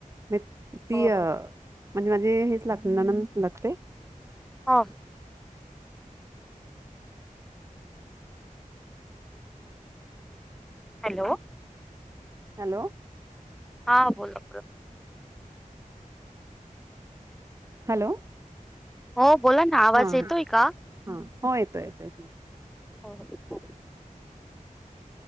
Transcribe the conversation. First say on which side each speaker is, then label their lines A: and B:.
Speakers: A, on the right; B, in the centre.
A: म तीय
B: हो
A: म्हणजे माझे हेच लागते, नणंनदच लागते.
B: हा हॅलो
A: हॅलो
B: हा, बोला
A: हॅलो
B: हो बोला ना, आवाज
A: हा
B: येतोय का?
A: हा हो, येतोय येतोय
B: हा <unintelligible>